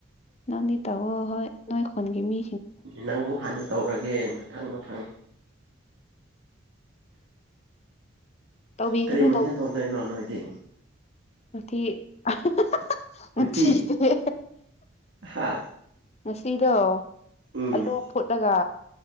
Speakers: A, on the left; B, on the right.
A: ꯅꯪꯗꯤ ꯇꯧꯑꯣ ꯍꯣꯏ ꯅꯣꯏ ꯈꯨꯟꯒꯤ ꯃꯤ
B: ꯅꯪꯕꯨ ꯍꯥꯟꯅ ꯇꯧꯔꯒꯦ ꯃꯊꯪ ꯃꯊꯪ
A: ꯇꯧꯕꯤꯒꯅꯨ
B: ꯀꯔꯤ ꯃꯊꯦꯟ ꯊꯣꯡꯗꯣꯏꯅꯣ ꯅꯣꯏꯗꯤ
A: ꯃꯊꯤ <unintelligible> ꯃꯊꯤ
B: ꯎꯇꯤ
A: ꯌꯦ
B: ꯍꯥ
A: ꯉꯁꯤꯗꯣ
B: ꯎꯝ
A: ꯑꯂꯨ ꯐꯨꯠꯂꯒ